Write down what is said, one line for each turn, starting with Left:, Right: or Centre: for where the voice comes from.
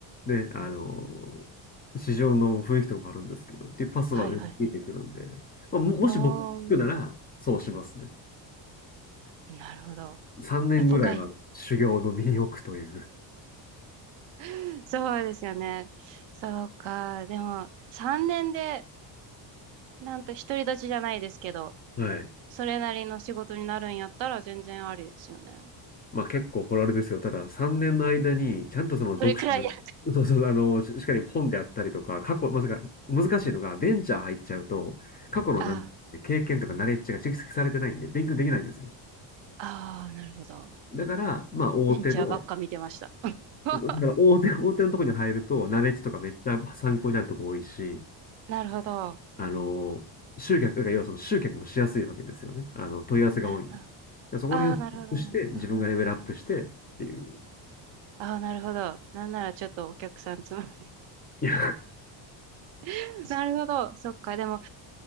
Left: ね、あの、市場の雰囲気とかもあるんですけど、っていうパスはね聞いてくるんで、
Right: はいはいはい。
Left: まあ、ももし僕聞くなら、
Right: おー。
Left: そうしますね。
Right: なるほど。
Left: 3年ぐらいは修行の身に置くという。
Right: やっぱ外、<laughs> そうですよね。そうか。でも、3年で、なんと独り立ちじゃないですけど、
Left: はい。
Right: それなりの仕事になるんやったら全然ありですよね。
Left: まあ結構これあれですよ。ただ3年の間に、ちゃんとその読書の、
Right: それくらいや。
Left: そうそう、あの、ししっかり本であったりとか、過去、まさか、難しいのが、ベンチャー入っちゃうと、過去のなん経験とかナレッジが蓄積されてないんで、
Right: あ
Left: 勉強できないんですよ。
Right: あ、ああ、なるほど。
Left: だから、まあ大手の、
Right: ベンチャーばっか見てました。<laughs>
Left: そうだから大手、大手のとこに入ると、ナレッジとかめっちゃ参考になるとこ多いし、
Right: なるほど。
Left: あの、集客、だから要はその集客もしやすいわけですよね。あの、問い合わせが多いんで。
Right: な、
Left: だからそこら辺をチェックして、
Right: ああー、なるほど、なるほど。
Left: 自分がレベルアップしてっていう。
Right: ああ、なるほど。なんならちょっとお客さんつま、
Left: いや
Right: <laughs> なるほど。そっか。でも、